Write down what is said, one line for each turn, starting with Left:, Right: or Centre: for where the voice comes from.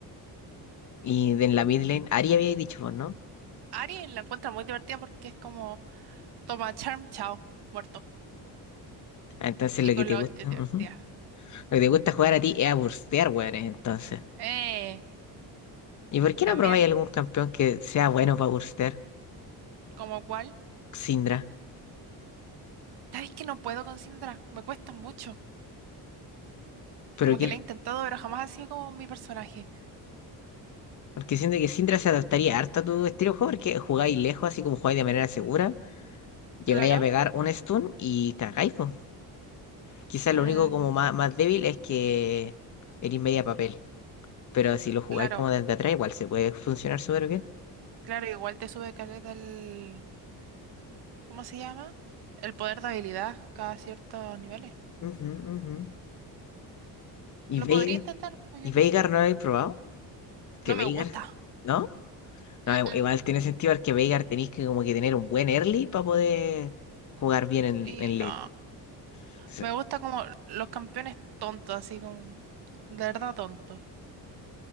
Left: Y de en la mid lane, Ari había dicho vos, ¿no?
Right: Ari la encuentra muy divertida porque es como toma charm, chao, muerto.
Left: Ah, Entonces
Right: Y
Left: lo
Right: con
Left: que te
Right: la
Left: gusta,
Right: ulti divertida.
Left: ujú. Lo que te gusta jugar a ti es a burstear, weones, entonces.
Right: Eh,
Left: ¿Y por qué
Right: también
Left: no probáis algún campeón que sea bueno para burstear?
Right: como cual.
Left: Syndra.
Right: ¿Sabes que no puedo con Syndra? Me cuesta mucho.
Left: Pero
Right: Como
Left: que,
Right: que la he intentado, pero jamás ha sido como mi personaje.
Left: porque siento que Syndra se adaptaría harto a tu estilo de juego, porque jugáis lejos, así como jugáis de manera segura, llegáis
Right: Claro.
Left: a pegar un stun y cagáis, pues. Quizás
Right: mm,
Left: lo único como más, más débil es que eres media papel. Pero si lo jugáis
Right: claro.
Left: como desde atrás, igual se puede funcionar súper bien.
Right: Claro, igual te sube caleta el... ¿Cómo se llama? El poder de habilidad cada ciertos niveles.
Left: Ujú, ujú. Y
Right: Lo
Left: Veigar
Right: podría intentar, como que
Left: ¿Y
Right: no...
Left: Veigar no lo habéis probado? que
Right: No
Left: Veigar,
Right: me gusta.
Left: ¿no? No,
Right: Mm, mm.
Left: i- igual tiene sentido porque Veigar tenéis que como que tener un buen early para poder jugar bien en,
Right: Sí,
Left: en
Right: no.
Left: late. Entonces,
Right: Me gusta como los campeones tontos, así como, de verdad tontos.